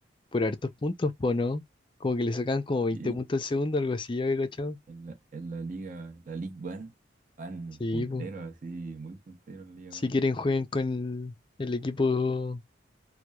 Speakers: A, on the left; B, on the right.
A: por hartos puntos, po, ¿no? Como que le sacan como veinte
B: sí.
A: puntos al segundo, algo así, yo he cachado.
B: En la, en la liga, la League One, van
A: Sí,
B: punteros
A: po.
B: así, muy punteros la Liga
A: Si
B: One.
A: quieren juegan con el, el equipo